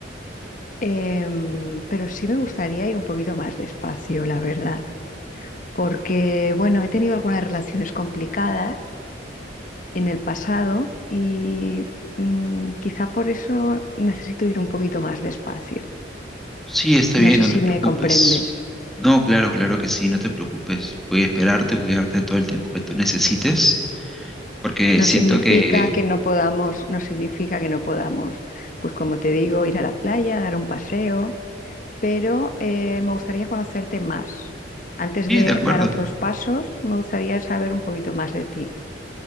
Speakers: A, on the left (about 45°); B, in the centre.
A: em, pero sí me gustaría ir un poquito más despacio, la verdad, porque, bueno, he tenido algunas relaciones complicadas en el pasado y mm, quizá por eso necesito ir un poquito más despacio.
B: Sí, está bien,
A: No sé
B: no
A: si
B: te preocupes.
A: me comprendes.
B: No, claro, claro que sí, no te preocupes. Voy a esperarte, voy a darte todo el tiempo que tú necesites, porque
A: No
B: siento
A: significa
B: que...
A: que no podamos, no significa que no podamos, pues como te digo, ir a la playa, dar un paseo, pero eh, me gustaría conocerte más. Antes
B: Sí,
A: de
B: de acuerdo.
A: dar otros pasos, me gustaría saber un poquito más de ti.